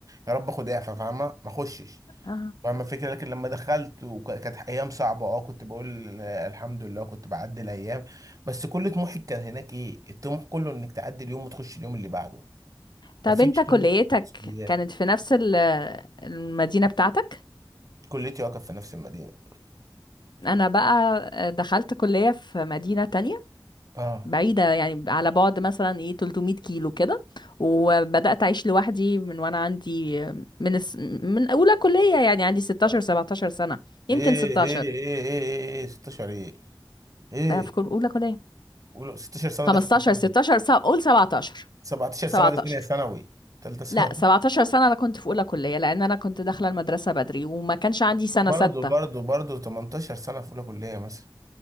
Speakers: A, on the right (about 40°); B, on the left (about 60°).
A: يا رب اخد اعفاء فاهمه ما اخشش
B: اه
A: فاهمه الفكره لكن لما دخلت وكانت ايام صعبه اه كنت بقول آه، الحمد لله كنت بعدي الايام بس كل طموحي كان هناك ايه الطموح كله انك تعدي اليوم وتخش اليوم اللي بعده
B: طب
A: مفيش
B: أنت كليتك
A: طموح مسؤوليات
B: كانت في نفس ال- المدينة بتاعتك؟
A: كليتي واقف في نفس المدينه
B: أنا بقى دخلت كلية في مدينة تانية
A: اه
B: بعيدة يعني على بعد مثلا إيه 300 كيلو كده وبدأت أعيش لوحدي من وأنا عندي من الس... من أولى كلية يعني عندي 16
A: 19.
B: 17 سنة يمكن
A: ايه
B: 16
A: ايه ايه ايه ايه 16 ايه ايه
B: آه، في كل أولى كلية
A: قولوا 16 سنه
B: 15
A: ده في الكلام
B: 16 سنة قول 17
A: 17
B: 17
A: سنة دي ثانية ثانوي تالتة ثانوي
B: لا 17 سنة أنا كنت في أولى كلية لأن أنا كنت داخلة المدرسة بدري وما كانش عندي سنة
A: برضه
B: ستة
A: برضه برضه 18 سنة في أولى كلية مثلا